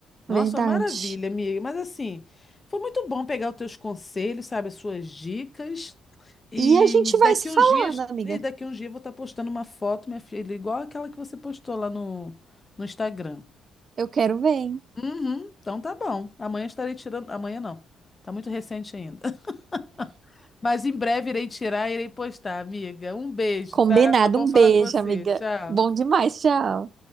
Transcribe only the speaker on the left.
Nossa,
uma maravilha, amiga. Mas assim, foi muito bom pegar os teus conselhos, sabe, as suas dicas. E
daqui
uns dias,
e daqui uns dias eu vou estar postando uma foto, minha filha, igual aquela que você postou lá no, no Instagram.
Uhum, então tá bom. Amanhã estarei tirando. Amanhã não. Tá muito recente ainda. <laughs> Mas em breve irei tirar e irei postar, amiga. Um beijo,
tá? Foi bom
falar
com você.
Tchau.